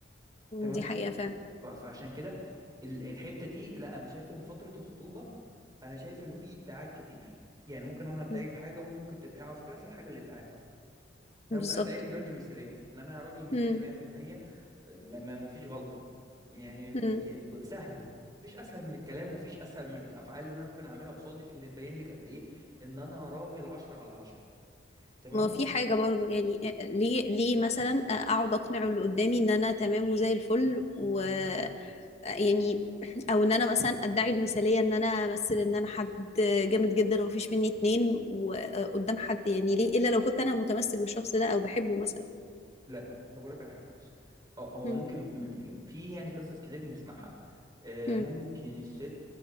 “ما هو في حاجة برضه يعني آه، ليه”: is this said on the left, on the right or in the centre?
Left